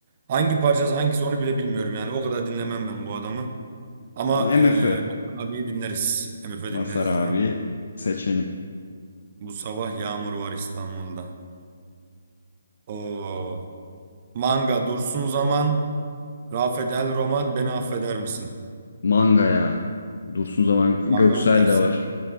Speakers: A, on the right (about 40°); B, on the left (about 75°).
A: hangi parçası hangisi onu bile bilmiyorum yani. O kadar dinlemem ben bu adamı. Ama
B: Ama M
A: eee
B: F Ö
A: Mazhar abiyi dinleriz. MF
B: Masar
A: dinleriz
B: abi
A: ya.
B: seçelim.
A: Bu sabah yağmur var İstanbul'da. Oo. Manga Dursun Zaman, Rafet El Roman beni affeder misin?
B: Manga ya. Dursun Zaman Göksel
A: Manga mı dersin?
B: de var.